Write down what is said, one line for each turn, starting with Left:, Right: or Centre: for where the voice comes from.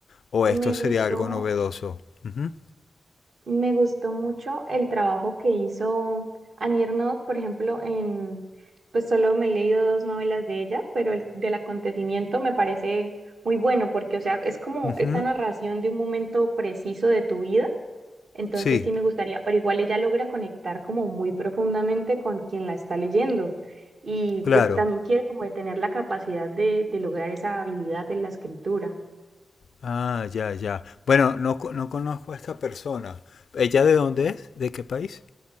Left: ¿O
Right: Me
Left: esto
Right: gustó,
Left: sería algo novedoso? Ujú,
Right: me gustó mucho el trabajo que hizo Annie Ernaux, por ejemplo, en, pues solo me he leído dos novelas de ella, pero el del acontecimiento me parece muy bueno porque, o sea, es como
Left: ujú.
Right: esta narración de un momento preciso de tu vida Entonces
Left: Sí,
Right: sí me gustaría, pero igual ella logra conectar como muy profundamente con quien la está leyendo. Y
Left: claro.
Right: pues también quiero como de tener la capacidad de, de lograr esa habilidad de la escritura.
Left: Ah, ya, ya. Bueno, no, co- no conozco a esta persona. ¿Ella de dónde es? ¿De qué país?